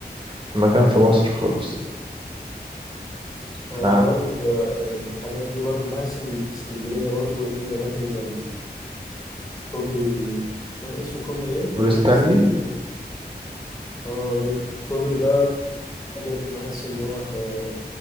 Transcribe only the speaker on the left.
آه،
برضه في يعني في الحاجات دي برضه بحس ان في اسكندريه برضه في اماكن زي كوبري مش عارف اسمه كوبري ايه كوبري
ستانلي اه بيب- الكوبري ده بجد بحس ان هو احنا